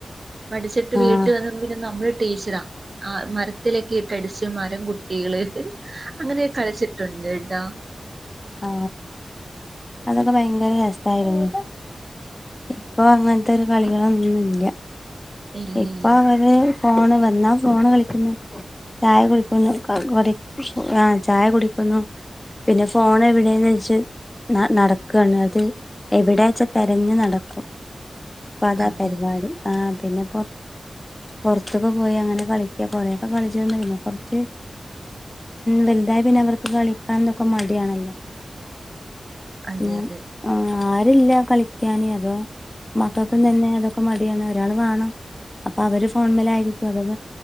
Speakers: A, on the right; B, on the left.
A: പഠിച്ചിട്ട്
B: ആഹ്
A: വീട്ട് വന്ന പിന്നെ നമ്മള് ടീച്ചറാ ആ മര ത്തിലൊക്കെ തടിച്ച മരം കുട്ടികള് അങ്ങനെ കളിച്ചിട്ടുണ്ട് ത
B: ആ അതൊക്കെ ഭയങ്കര രസായിരുന്നു ഇപ്പൊ അങ്ങനത്തെ ഒരു കളികളൊന്നും ഇല്ല
A: ഇല്ലില്ല
B: ഇപ്പൊ അവര് ഫോണ് വന്നാ ഫോണ് കളിക്കുന്നു ചായ കുടിക്കുന്നു <unintelligible> ആ ചായ കുടിക്കുന്നു പിന്നെ ഫോൺ എവിടെന്ന് വെച്ച് നടക്കാണ് അത് എവിടെച്ചാ തിരഞ്ഞ് നടക്കും ഇപ്പ അതാ
A: അതെ
B: പരിപാടി
A: അതെ
B: ആ പിന്നെ പുറത്തൊക്കെ പോയി അങ്ങനെ കളിക്കും കൊറേക്കെ കളിച്ച തന്ന പിന്നെ കുറച്ച് വലുതായ പിന്നെ അവർക്ക് കളിക്കാൻ ഒക്കെ മടിയാണല്ലോ
A: അതെതെ
B: പിന്നെ ആരുല്ല കളിക്കാന് അപ്പൊ മക്കൾക്കും
A: അതെ
B: തന്നെ അതൊക്കെ മ- ഒരാൾ വേണം അപ്പൊ അവര് ഫോൺമല ആയിരിക്കും അവ